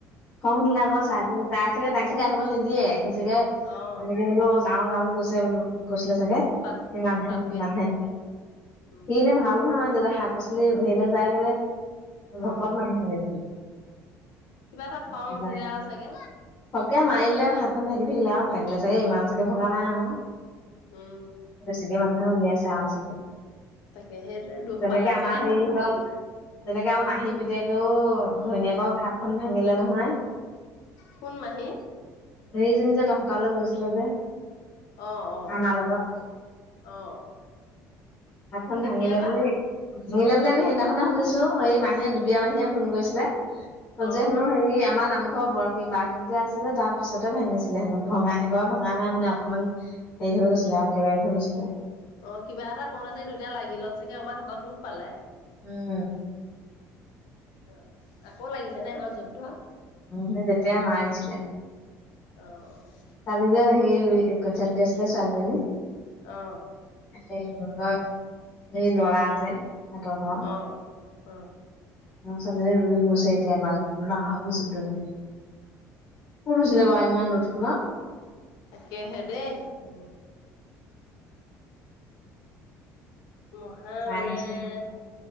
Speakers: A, on the left; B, on the left.
A: খং উঠিলে আকৌ চাই তাই চাগে তাই চাগে আহিবলৈ নিদিয়ে সি চাগে
B: অ'
A: মানে বোলো নাও যাও বুলি কৈছে বোলো। কৈছিলে চাগে
B: উৎপাত
A: ইমান
B: উৎপাত
A: হেন
B: কৰি
A: ইমান
B: আছিলে
A: হেন
B: চাগে উম
A: সি এনে ভাল নহয় আমাৰ দেউতা হাক শাক পাচলি হেৰিলে যাই গলে ভকত
B: অ'
A: মানি লাগিছিল।
B: কিবা এটা খং
A: কিবা
B: উঠিলে আৰু চাগে
A: থাকে মাৰিলেও হাত খন ভাগি থাকিলে আৰু ভাগিলে চাগে ইমান চাগে ভগা নাই আৰু।
B: উম
A: বেছিকে মানুহে উলিয়াইছে আৰু চাগে।
B: তাকে সেইটোৱে দুখ
A: যেনেকে
B: পালে
A: আমাৰ
B: চাগে
A: হেৰিহঁতৰ
B: হাতটো ভাগিল।
A: যেনেকে আৰু মাহী পিতেকেও ঘৈণীয়েকক
B: উম
A: হাতখন ভাঙিলে নহয়
B: কোন মাহী?
A: সেইজনীযে তহতালৈ গৈছিলে যে।
B: অ', - অ',
A: আমাৰ লগত
B: - অ',
A: হাতখন
B: কেতিয়াবা
A: ভাঙিলে বুলি ভাঙিলে বুলি আমি সেইদিনাখনে শুনিছো এই মাহীয়ে দুবিয়ে মাহীয়ে ফোন কৰিছিলে তত
B: অ'
A: যে হেনো হেৰি আমাৰ নামঘৰ বৰ্ষী বাৰ্ষিক যে আছিলে তাৰ পিছতে ভাঙিছিলে হেনো ভঙা এঘৰো ভঙা নাই মানে অকণমান হেৰি হৈ গৈছিলে আৰু একবাৰে হৈ গৈছিলে।
B: অ, কিবা এটা কৰো চাগে দুইটা লাগিলে চাগে আমাৰ হাতত দুখ পালে।
A: উম,
B: অ' আকৌ লাগিছে নে সিহঁতৰ যুদ্ধ
A: উ, তেতিয়া মাৰিছিলে।
B: অ',
A: কালি যে সে কচুৰ ক আছিলে ছোৱালীজনী।
B: অ',
A: স-ঘৰ সেই লৰা যে সিহতৰ ঘৰ
B: অ' অ',
A: <unintelligible> এটিয়াবাই কলা হৈ গৈছে গোটেইজনী। ক'ত গৈছলা বাৰু ইমান ৰ'দখনত?
B: তাকেহে দেই, হ'ব। মহে
A: চাই
B: মানে
A: চাই
B: হে